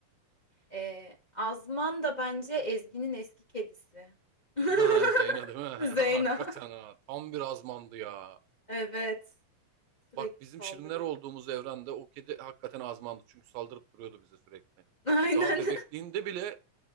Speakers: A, on the left; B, on the right.
A: Ee, Azman da bence Ezgi'nin eski kedisi. <laughs>
B: <laughs> Ha Zeyno değil mi? <laughs>
A: Zeyna.
B: Hakikaten ha. Tam bir azmandı ya.
A: Evet. Sürekli
B: Bak bizim
A: saldırıyor.
B: şirinler olduğumuz evrende o kedi hakikaten azmandı. Çünkü saldırıp duruyordu bize sürekli.
A: <laughs> Aynen.
B: Daha bebekliğinde bile